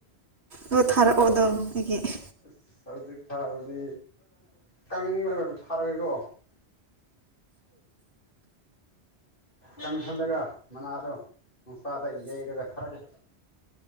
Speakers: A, on the right; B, on the left.
A: ꯑꯗꯣ ꯊꯥꯔꯛꯑꯣ ꯑꯗꯣ ꯑꯩꯒꯤ
B: ꯑꯁ ꯍꯧꯖꯤꯛ ꯊꯥꯕꯗꯤ ꯇꯪꯅꯒ ꯊꯥꯔꯒꯦꯀꯣ ꯀꯪꯍꯜꯂꯒ ꯃꯅꯥꯗꯣ ꯅꯨꯡꯁꯥꯗ ꯌꯩꯔꯒ ꯊꯔꯒꯦ